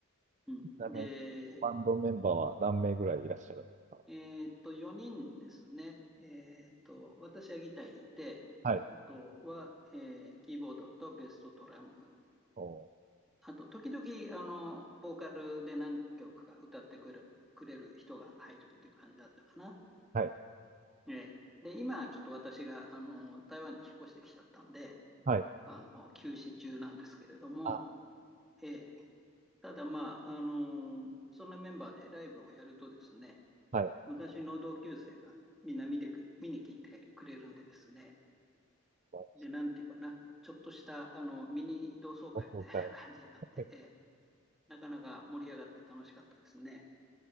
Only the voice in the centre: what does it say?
うん、
で、
えーっと、4人ですね。えーっと、私はギター弾いて、
あとは、えーキーボードとベースとドラム。
あと、時々、あの、ボーカルで何曲か歌ってくれる、くれる人が入るっていう感じだったかな。
ええで、今、ちょっと私が、あの、台湾に引っ越してきちゃったんで、
あの、休止中なんですけれども、
ええただ、まあ、あの、そんなメンバーでライブをやるとですね、
昔の同級生がみんな見てく、見に来てくれるんでですね。
で、なんていうかな、ちょっとしたあのミニ同窓会みたいな感じになって、
ええ、なかなか盛り上がって楽しかったですね。